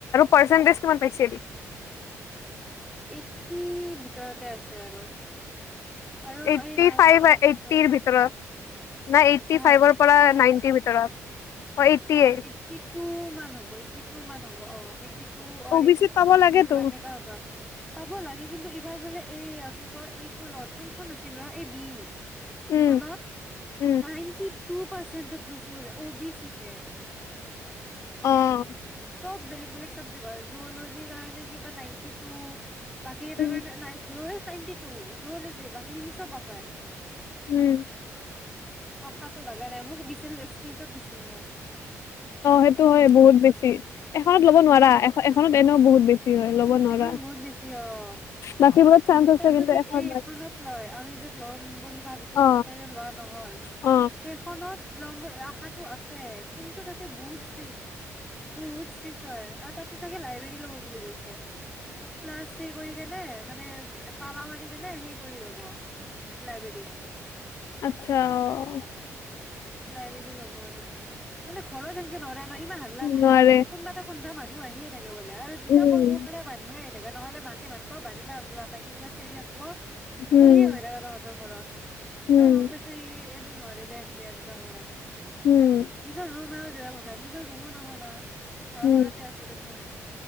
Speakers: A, on the left (about 55°); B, in the centre.
A: পাৰ্চেন্তিজ কিমান পাইছিল
B: এইটটি ভিতৰতে আছে আৰু আৰু
A: এইটটি
B: এই আউট
A: ফাইভ
B: অফ
A: এইট্টিৰ ভিতৰত না এইটটি
B: নহয়
A: ফাইভৰ
B: এইটটি
A: পৰা নাইনটিৰ ভিতৰত অ'
B: এইটট
A: এইটটিয়ে
B: এইটটি টু মান হ'ব এইটটি টু মান হ'ব অ অ এই টো ৱান
A: অ'
B: এইটি
A: বি চিত পাব
B: থ্ৰী
A: লাগেতো
B: এনেকা হব। পাব লাগে কিন্তু এইবাৰ বোলে এইয়া কি কয় এইখনত কোনখন আছিল বা এই বি।
A: উম
B: খনত।
A: উম
B: নাইনটি। টু পাৰ্চেণ্টত গৈছো বোলে, অ বি চিতে।
A: অহ',
B: চব বেলেগ বেলেগ চাবজেক্ট হয়। জু'লজিৰ কাৰণে কিবা নাইনটি টু। বাকী কেইটাৰ
A: উম
B: কাৰণে নাই লৈ <unintelligible> নাইনটি টু জু'লজি। বাকীখিনি চব বাপায়।
A: উম',
B: আশাটো লাগা নাই। মোক দিছিল স্ক্ৰীণশ্বত দিছিল মোক।
A: অ সেইটো হয় বহুত বেছি। এখনত ল'ব নোৱাৰা, এখন - এখনত এনেও বহুত বেছি। হয় ল'ব
B: উম',
A: নোৱাৰা
B: এখনত বহুত বেছি অহ',।
A: বাকীবোৰত চান্স
B: এতিয়া
A: আছে কিন্তু
B: যদি
A: এখন
B: এই এখনত লয় আমি যে ল'ম বুলি ভাবিছিলো
A: অ
B: তাতে যে লোৱা নহল।
A: অ
B: সেইখনত ল'ম আশাত টো আছে, কিন্তু তাতে বহুত ষ্ট্ৰিক। বহুত ষ্ট্ৰিক হয় আৰু তাতে চাগে লাইব্ৰেৰী ল'ব বুলি কৈছে। হে। ক্লাছ শেই কৰিকিনে। মানে তালা মাৰি কেনে সেই কৰি যাব, লাইব্ৰেৰীত।
A: আচ্ছা, অহ',।
B: লাইব্ৰেৰী ল'ব আৰু তাতে। মানে ঘৰত যেনকে নৰে অহ', ইমান হাল্লা গুল্লা
A: নোৱাৰে
B: হয় থাকে কোনবাটো কোনবা মানুহ অহ', আহিয়ে থাকে। বোলে আৰু যেতিয়া
A: উম
B: কল কৰোঁ সদাই <unintelligible> হেইগাল নহলে মাকে মাতবাও <unintelligible>
A: উম
B: সেয়ে হৈ থাকে তহঁতৰ ঘৰত।
A: উম
B: গম পাইছোঁ এই <unintelligible> অহ <unintelligible> ঘৰত।
A: উম
B: নিজৰ ৰুম আৰু। <unintelligible> কথা নিজৰ ৰুমো নহয় না। হয়',
A: উম
B: ঘৰতে আছে দেচোন।